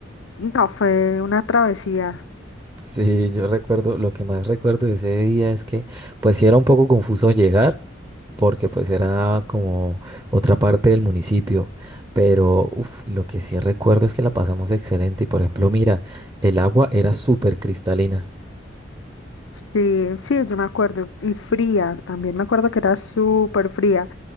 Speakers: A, on the left; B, on the right.
A: No, fue una travesía.
B: Sí, yo recuerdo, lo que más recuerdo de ese día es que pues sí era un poco confuso llegar, porque pues era como otra parte del municipio, pero uf, lo que sí recuerdo es que la pasamos excelente y por ejemplo, mira, el agua era súper cristalina.
A: Sí, sí, yo me acuerdo. Y fría, también me acuerdo que era súper fría.